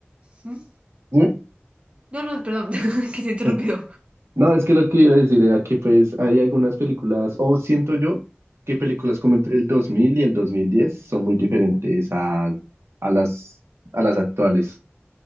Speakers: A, on the right; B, on the right.
A: ¿Mm?
B: dime.
A: No, no, perdón, <laughs> que te he interrumpido.
B: <laughs> No, es que lo que iba a decir era que pues hay algunas películas, o siento yo que películas como entre el 2000 y el 2010 son muy diferentes a, a las, a las actuales.